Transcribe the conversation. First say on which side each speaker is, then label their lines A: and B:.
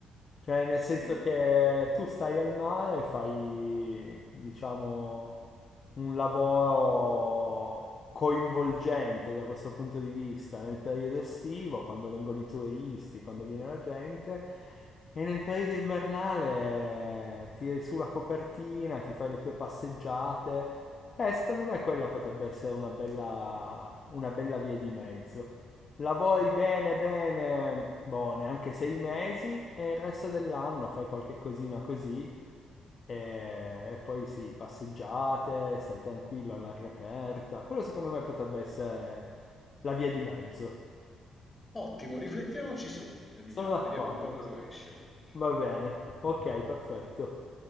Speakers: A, on the left (about 45°); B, on the left (about 20°).
A: Cioè nel
B: Sì.
A: senso che tu stai al mare e fai, diciamo, un lavoro coinvolgente da questo punto di vista nel periodo estivo, quando vengono i turisti, quando viene la gente, e nel periodo invernale tiri su la copertina, ti fai le tue passeggiate. Eh, secondo me quella potrebbe essere una bella, una bella via di mezzo. Lavori bene, bene, boh, neanche sei mesi e il resto dell'anno fai qualche cosina così e, e poi sì, passeggiate, stai tranquillo all'aria aperta. Quello secondo me potrebbe essere la via di mezzo.
B: Ottimo, riflettiamoci su, Emiliano,
A: Sono d'accordo.
B: vediamo un po' cosa ne esce.
A: Va bene. Ok, perfetto.